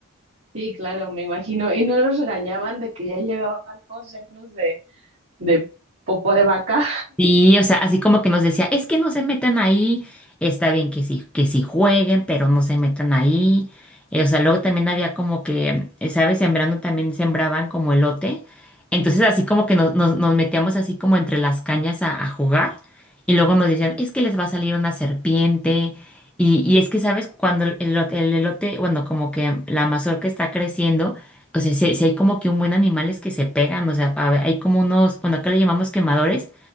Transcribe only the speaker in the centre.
Sí, o sea, así como que nos decía, es que no se metan ahí, está bien que sí, que sí jueguen, pero no se metan ahí. Eh, o sea, luego también había como que, eh, ¿sabes? Sembrando también sembraban como elote. Entonces así como que nos, nos, nos metíamos así como entre las cañas a, a jugar y luego nos decían, es que les va a salir una serpiente. Y, y es que, ¿sabes? Cuando el, elo- el elote, bueno, como que la mazorca está creciendo, o sea, si, hay si hay como que un buen animales que se pegan, o sea, a ver, hay como unos, bueno, acá le llamamos quemadores